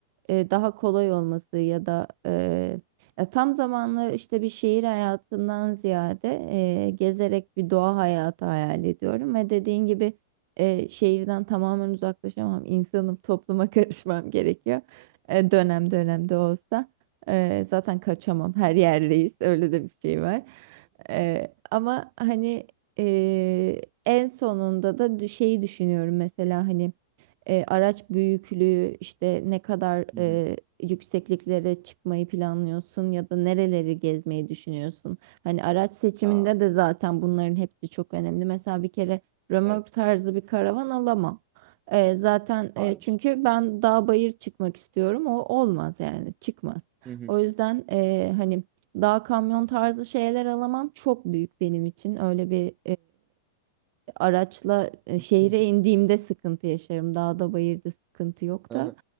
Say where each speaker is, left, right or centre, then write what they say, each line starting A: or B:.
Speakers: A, on the right (about 55°); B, on the right (about 30°).
A: e, daha kolay olması ya da e, ya tam zamanlı işte bir şehir hayatından ziyade e, gezerek bir doğa hayatı hayal ediyorum ve dediğin gibi e, şehirden tamamen uzaklaşamam. İnsanım, topluma <laughs> karışmam gerekiyor. E, dönem
B: <laughs>
A: dönem de olsa. E, zaten kaçamam. Her yerdeyiz. Öyle de bir şey var. E, ama hani e, en sonunda da dü- şeyi düşünüyorum mesela hani e, araç büyüklüğü işte ne kadar
B: Hı
A: e,
B: hı.
A: yüksekliklere çıkmayı planlıyorsun ya da nereleri gezmeyi düşünüyorsun? Hani araç seçiminde
B: Aa,
A: de zaten bunların hepsi çok önemli. Mesela bir kere römork
B: Evet.
A: tarzı bir karavan alamam. E, zaten
B: Hı.
A: e,
B: Hayır.
A: çünkü ben dağ bayır çıkmak istiyorum. O olmaz yani çıkmaz.
B: Hı hı.
A: O yüzden e, hani dağ kamyon tarzı şeyler alamam çok büyük benim için. Öyle bir araçla e,
B: <laughs>
A: şehre indiğimde sıkıntı yaşarım. Dağda bayırda sıkıntı yok
B: Aha.
A: da.